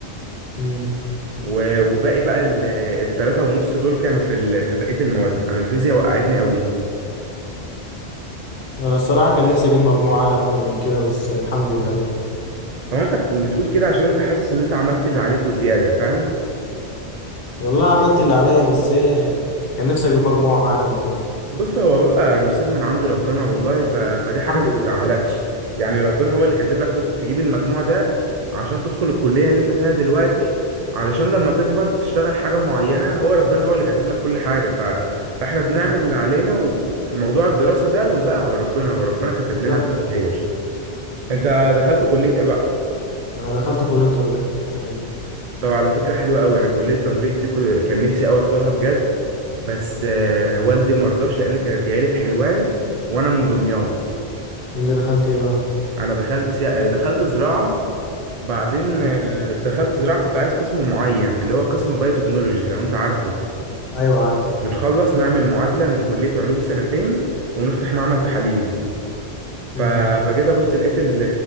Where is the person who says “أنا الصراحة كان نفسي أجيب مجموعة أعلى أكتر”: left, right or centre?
Left